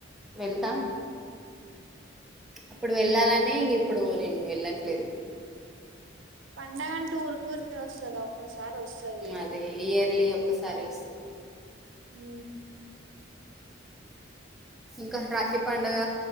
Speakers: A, in the centre; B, on the right (about 80°).
A: వెళ్తా అప్పుడు వెళ్ళాలనే ఇంకెప్పుడు నేను లేను వెళ్ళట్లేదు
B: పండగా అంటే ఉరు ఉర్కానే వస్తదా ఒక్కసారి వస్తది
A: అదే ఇయర్లీ ఒక్కసారి వస్తది
B: అ
A: ఇంకా రాఖీ పండగ